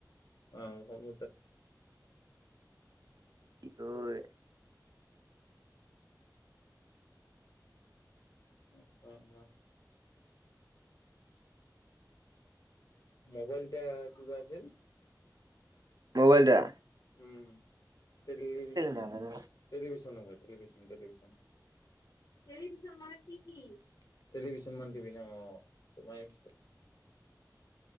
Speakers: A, on the left; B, on the right.
A: অহ
B: হয়
A: উম অ উম মোবাইলটা কিবা আছিল
B: মোবাইলটা
A: উম টেলিভিশ্যন
B: নাজানো
A: টেলিভিশ্যনৰ টেলিভিশ্যন টেলিভিশ্যন টেলিভিশ্যন মানে টিভি টেলিভিশ্যন মানে টিভি নহয়